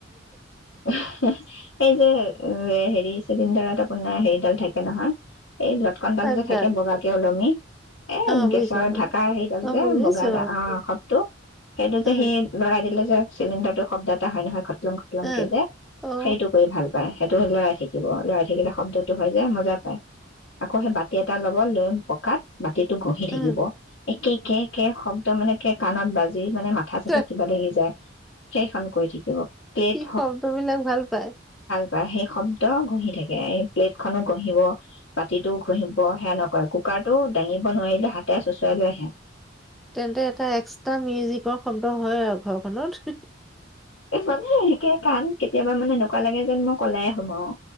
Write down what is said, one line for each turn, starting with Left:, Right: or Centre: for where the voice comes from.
Left: এই যে হেৰি চিলিণ্ডাৰত আপোনাৰ হেৰি থাকে নহয় এই লটকনডাল
Centre: পাইপডাল
Left: যে থাকে বগাকে ওলমি এ
Centre: অ
Left: গেছৰ
Centre: বুজিছো
Left: ঢাকা হেইডাল
Centre: অ
Left: যে
Centre: বুজিছো
Left: বগা অ' শবটো সেইটো যে
Centre: অ
Left: সি লৰাই দিলে যে চিলিডাৰটো শব্দ এটা হয় নহয় শলংক
Centre: অ
Left: যে,
Centre: অ
Left: সেইটো কৰি ভাল পায় সেইটো লৰাই থাকে। থাকিব লৰাই থাকিলে শব্দটো হয় যে মজা পায় আকৌ সেই বাতি এটা ল'ব লৈ পকাত গটো গঁহি
Centre: উম
Left: থাকিব একে কে কে শব্দ মানে কে কাণত বাজে মানে মাথা চাথা
Centre: ত
Left: কিবা ল সি যায় সেইখন কৰি থাকিব প্লেট
Centre: কি শব্দবিলাক ভাল পায়
Left: বা সেই শব্দ ঘঁহি থাকে এই প্লেট হাত খনো ঘঁহিব পাতিটোও ঘঁহিব সেয়া নকৰে কুকাৰটো দাঙিব নোৱাৰিলে হাতে চোঁচৰাই লৈ আহে
Centre: তেন্তে এটা এক্সট্ৰা মিউজিকৰ শব্দ হয় আৰু ঘৰখনত
Left: মানে সেকে কান কেতিয়াবা মানে এনেকুৱা লাগে যেন মই কলাইে সোমাও